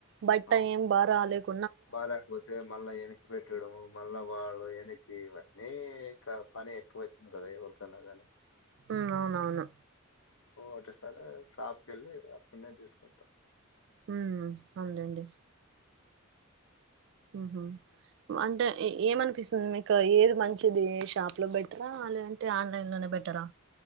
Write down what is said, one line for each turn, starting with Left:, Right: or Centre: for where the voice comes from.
Right: బట్ట
Left: అవును.
Right: యేం బ రాలే క్
Left: బాలేకపోతే మళ్ళా ఎని కి పెట్టడము మళ్ళ వాళ్ళు ఎనిక్కి ఇవన్నీ క పని ఎక్కువైతుంది కదా ఎవల్కన్నా గనీ
Right: ఉమ్ ఔనౌను
Left: ఒటేసారి షాప్కెళ్ళి అక్కడ్నే తీస్కుంటాం
Right: ఉమ్ అవునులేండి ఉమ్ హు అంటే ఏ-ఏమనిపిస్తుంద్ మీకు ఏద్ మంచిది షాప్ లో బెటరా లేదంటే ఆన్లైన్ లోనే బె బెటరా